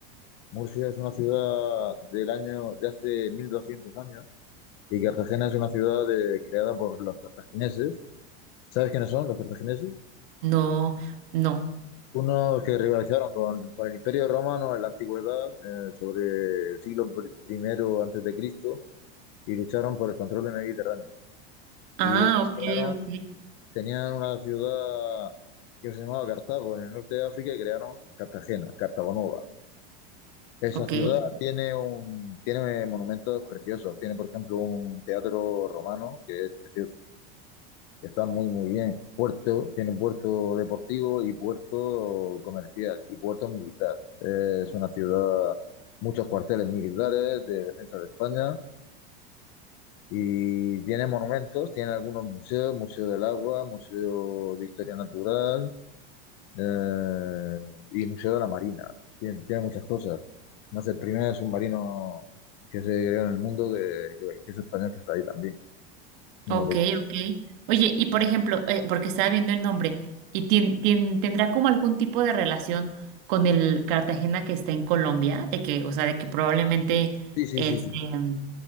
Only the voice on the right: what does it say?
No, no.
Ah,
ok,
ok,
ok,
ok,
ok. Oye, y por ejemplo, eh, porque estaba viendo el nombre, ¿y tien- tien- tendrá como algún tipo de relación con el Cartagena que está en Colombia? De que, o sea, de que probablemente,
este,
mm,